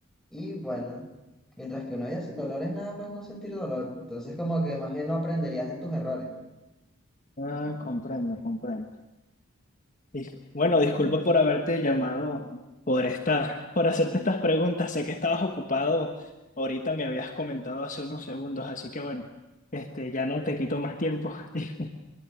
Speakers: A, in the centre; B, on the left.
A: Y bueno, mientras que una vida sin dolor es nada más no sentir dolor. Entonces como que más bien no aprenderías de tus errores.
B: Ah, comprendo, comprendo. Dis- Bueno, disculpa por haberte llamado, por esta, por hacerte estas preguntas. Sé que estabas ocupado. Ahorita me habías comentado hace unos segundos, así que bueno, este, ya no te quito más tiempo <laughs>